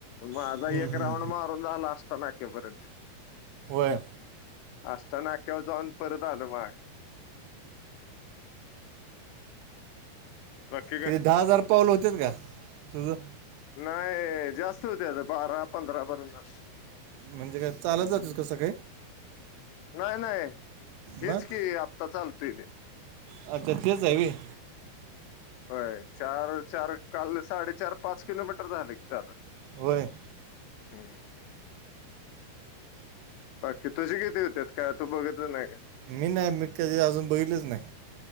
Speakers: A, on the left; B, on the right.
A: माझा
B: हम्म,
A: एक
B: हम्म.
A: राऊंड मारून झाला असता नाक्या पर्यंत.
B: होय
A: अष्टा नाक्यावर जाऊन परत आलो माग बाकी काय
B: किती दहा हजार पाऊल होत्यात का तुझं?
A: नाय जास्त होत्यात बारा, पंधरा पर्यंत जात्यात.
B: म्हणजे काय चालत जातोस का सकाळी?
A: नाय नाय हेच
B: मग
A: की आत्ता चालतोय ते.
B: अच्छा तेच हाय व्हय.
A: होय चार चार काल साडेचार पाच किलोमीटर झाल की चालून.
B: व्हय.
A: हम्म. बाकी तुझी किती होत्यात? काय तू बघत नाही काय.
B: मी नाही मी त्याचे अजून कधी बघीतलच नाही.